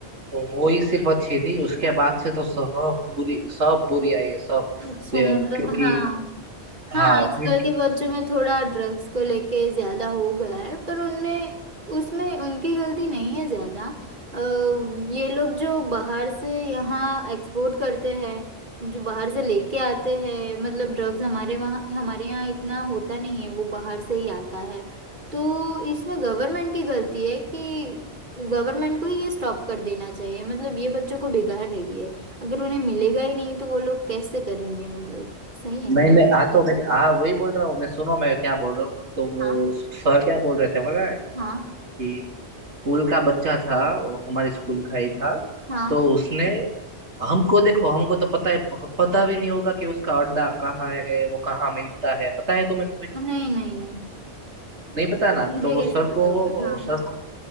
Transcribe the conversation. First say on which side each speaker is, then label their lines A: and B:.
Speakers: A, on the right; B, on the right.
A: तो वो ही सिर्फ अच्छी थी उसके बाद से तो सब बुरी सब बुरी आई है सब
B: अच्छा
A: ते-
B: मतलब
A: क्योंकि
B: हाँ हाँ
A: हाँ
B: आजकल
A: क्योंकि
B: के बच्चों में थोड़ा ड्रग्स को लेके ज्यादा हो गया है पर उनमें उसमें उनकी गलती नहीं है ज्यादा अ, ये लोग जो बाहर से यहाँ एक्सपोर्ट करते हैं जो बाहर से लेके आते हैं मतलब ड्रग्स हमारे वहाँ हमारे यहाँ इतना होता नहीं है वो बाहर से ही आता है तो इसमें गवर्नमेंट की गलती है कि गवर्नमेंट को ही ये स्टॉप कर देना चाहिए मतलब ये बच्चों को बिगाड़ रही है अगर उन्हें मिलेगा ही नहीं तो वो लोग कैसे करेंगे मतलब सही है
A: नहीं
B: ना
A: नहीं हाँ तो मैं हाँ वही बोल रहा हूँ मैं सुनो मैं क्या बोल रहा हूँ तो वो
B: हाँ
A: सर क्या बोल रहे थे पता है
B: हाँ
A: कि स्कूल का बच्चा था वो हमारे स्कूल का ही था
B: हाँ
A: तो उसने हमको देखो हमको तो पता है पता भी नहीं होगा कि उसका अड्डा कहाँ है वो कहाँ मिलता है पता है तुम्हें
B: नहीं नहीं नहीं
A: नहीं पता ना
B: मुझे
A: तो वो सर
B: कैसे पता
A: को
B: होगा हाँ
A: सर को